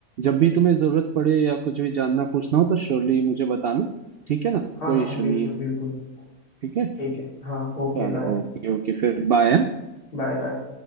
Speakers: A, on the right (about 75°); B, on the left (about 75°).
A: जब भी तुम्हें जरूरत पड़े या कुछ भी जानना पूछना हो तो श्योरली मुझे बताना ठीक है ना
B: हाँ
A: कोई
B: हाँ
A: इशू
B: हाँ बिल्कुल
A: नहीं है
B: बिल्कुल
A: ठीक है
B: ठीक है हाँ ओके
A: चलो
B: बाय
A: ओके ओके फिर बाय
B: Bye bye